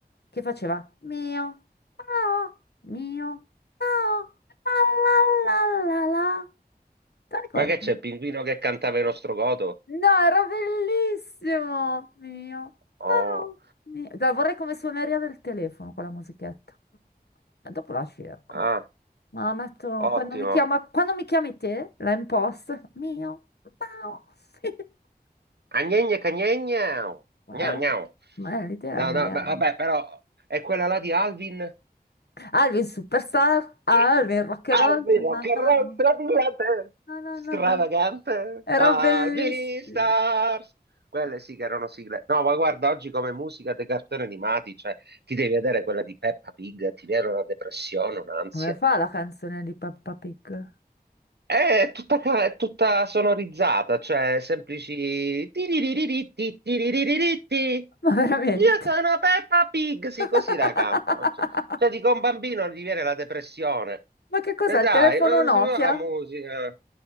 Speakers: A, on the left; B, on the right.
A: che faceva mio, mio, mio, miau, la la la la la. Te lo ricordi?
B: Ma che c'è, il pinguino che cantava il nostro godo?
A: No, era bellissimo! Mio,
B: Oh,
A: miau, mio. La vorrei come suoneria del telefono con la musichetta. E dopo la cerco.
B: ah,
A: Ma la metto
B: ottimo.
A: quando mi chiama, quando mi chiami te, la imposto. Mio, miau. <laughs>
B: Agnegna cagnegna.
A: Eh,
B: Gnau gnau.
A: ma eh, l'idea
B: No,
A: non
B: no,
A: era...
B: beh, vabbè, però è quella là di Alvin.
A: Alvin Superstar, Alvin
B: Sì.
A: Rock
B: Alvino,
A: and Roll, na
B: carrozza
A: na na,
B: brillante,
A: na na
B: Stravagante.
A: na na. Era
B: Alvin
A: bellissimo.
B: Stars. Quelle sì che erano sigle. No, ma guarda, oggi come musica dei cartoni animati, cioè, ti devi vedere quella di Peppa Pig, ti viene una depressione, un'ansia.
A: Come fa la canzone di Peppa Pig?
B: È tutta, ca- è tutta sonorizzata, cioè semplici... tiririritti, tiririritti.
A: Ma veramente?
B: Io sono Peppa Pig, sì, così
A: <laughs>
B: la cantano. Cioè, cioè, dico, a un bambino gli viene la depressione.
A: Ma che cos'è?
B: E dai,
A: Il telefono
B: ma
A: Nokia?
B: non si fa la musica.